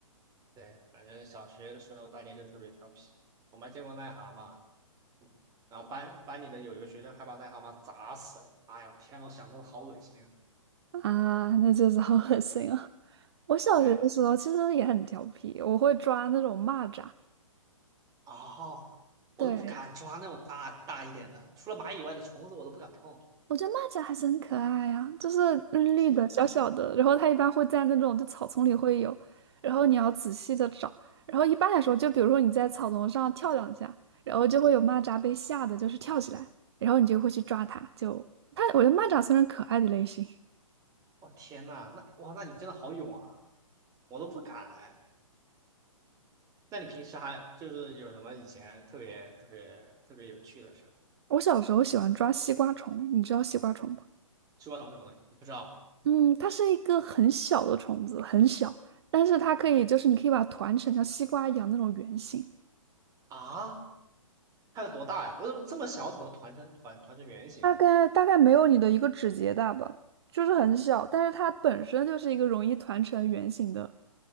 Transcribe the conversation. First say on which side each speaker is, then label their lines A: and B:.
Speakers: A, on the right (about 20°); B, on the right (about 50°).
A: 对，反正小学的时候大家就特别调皮，我们还见过癞蛤蟆，然后班班里的有一个学生还把癞蛤蟆砸死了。哎呀，天呐，我想都好恶心。
B: 啊，那就是好恶心啊！我小学的时候其实也很调皮，
A: 对，
B: 我会抓那种蚂蚱，
A: 哦，我都不敢抓那种大大一点的，
B: 对，
A: 除了蚂蚁以外的虫子我都不敢碰。
B: 我觉得蚂蚱还是很可爱啊，就是绿绿的、
A: 天呐，
B: 小小的，然后它一般会在那种就草丛里会有，然后你要仔细的找，然后一般来说，就比如说你在草丛上跳两下，然后就会有蚂蚱被吓得就是跳起来，然后你就会去抓它，就它，我觉得蚂蚱算是可爱的类型。
A: 我天呐，那哇，那你真的好勇啊！我都不敢哎。那你平时还就是有什么以前特别特别特别有趣的事？
B: 我小时候喜欢抓西瓜虫，你知道西瓜虫吗？
A: 吃过什么什么东西？我不知道
B: 嗯，它是一个很小的虫子，很小，但是它可以就是你可以把它团成像西瓜一样那种圆形。
A: 啊，它有多大呀？我怎么这么小？怎么团成团团成圆形？
B: 大概大概没有你的一个指节大吧，就是很小，但是它本身就是一个容易团成圆形的，